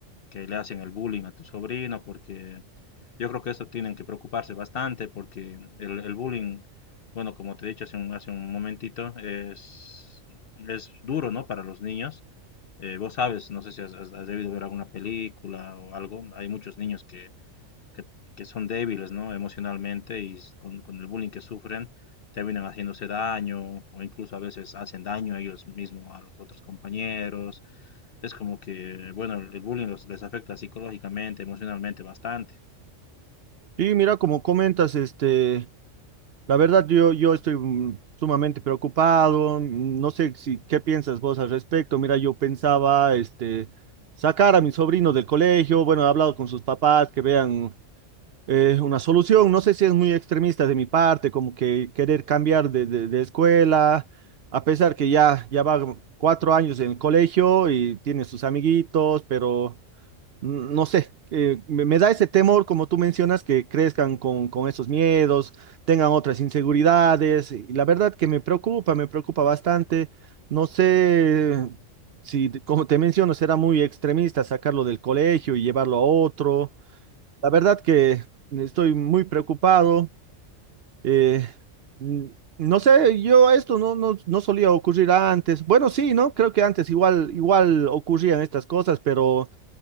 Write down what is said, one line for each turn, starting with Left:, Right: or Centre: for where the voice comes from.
Left: que le hacen el bullying a tu sobrino, porque yo creo que esto tienen que preocuparse bastante, porque el, el bullying, bueno, como te he dicho hace un, hace un momentito, es, es duro, ¿no? Para los niños. Eh, vos sabes, no sé si has, has- has debido ver alguna película o algo, hay muchos niños que, que, que son débiles, ¿no? Emocionalmente y con, con el bullying que sufren, terminan haciéndose daño o incluso a veces hacen daño a ellos mismos a los otros compañeros. Es como que, bueno, el bullying los- les afecta psicológicamente, emocionalmente bastante.
Right: Y mira, como comentas, este, la verdad yo, yo estoy mm, sumamente preocupado. mm, No sé si qué piensas vos al respecto. Mira, yo pensaba, este, sacar a mi sobrino del colegio. Bueno, he hablado con sus papás que vean eh, una solución. No sé si es muy extremista de mi parte, como que querer cambiar de, de- de escuela, a pesar que ya, ya va cuatro años en el colegio y tiene sus amiguitos, pero no sé, eh, me, me da ese temor, como tú mencionas, que crezcan con, con esos miedos, tengan otras inseguridades. Y la verdad que me preocupa, me preocupa bastante. No sé si, te- como te menciono, será muy extremista sacarlo del colegio y llevarlo a otro. La verdad que estoy muy preocupado. eh, mm, no sé, yo esto no, no, no solía ocurrir antes. Bueno, sí, ¿no? Creo que antes igual, igual ocurrían estas cosas, pero...